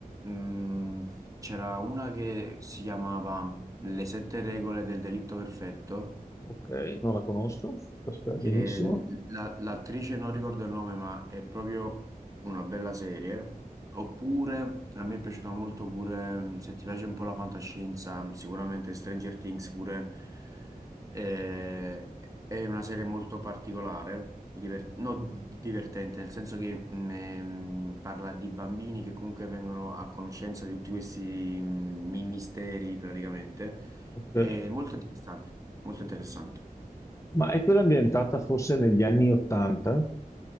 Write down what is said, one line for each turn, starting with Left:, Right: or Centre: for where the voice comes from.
Right: mm, c'era una che si chiamava Le sette regole del delitto perfetto.
Left: Ok, non la conosco. Perfetto,
Right: che
Left: benissimo.
Right: l- la- l'attrice non ricordo il nome, ma è proprio una bella serie. Oppure a me è piaciuta molto pure, mh, se ti piace un po' la fantascienza, mh, sicuramente Stranger Things pure eh, è una serie molto particolare, diver- no, divertente, nel senso che mh, è, mh, parla di bambini che comunque vengono a conoscenza di tutti questi mh, misteri praticamente.
Left: Ok.
Right: È molto interessante, molto interessante.
Left: Ma è quella ambientata forse negli anni Ottanta?